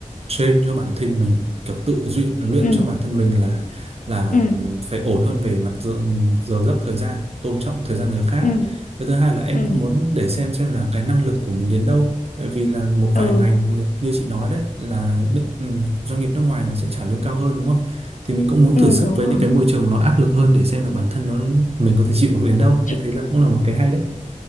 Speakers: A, on the right (about 50°); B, on the left (about 75°).
A: train cho bản thân mình kiểu tự luyện luyện
B: ừ
A: cho bản thân mình là là
B: ừ ừ
A: phải ổn hơn về mặt giờ, giờ giấc thời gian tôn trọng thời gian người khác
B: ừ
A: cái thứ hai là em
B: ừ
A: cũng muốn để xem xem là cái năng lực của mình đến đâu tại vì là một
B: ừ
A: vài ngành như như chị nói đấy là biết- ừ, doanh nghiệp nước ngoài nó sẽ trả lương cao hơn đúng không thì mình cũng muốn
B: ừ,
A: thử sức
B: đúng
A: với
B: rồi
A: những cái môi trường nó áp lực hơn để xem là bản thân nó mình có thể chịu được đến đâu
B: chị
A: em thấy là cũng là một cái hay đấy